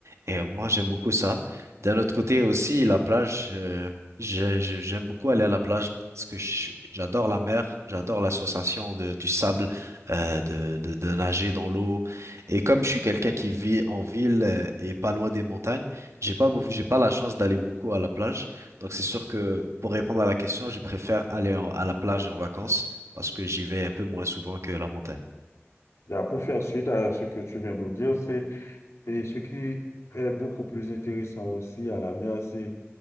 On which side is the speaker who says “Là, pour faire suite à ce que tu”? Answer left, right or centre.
Left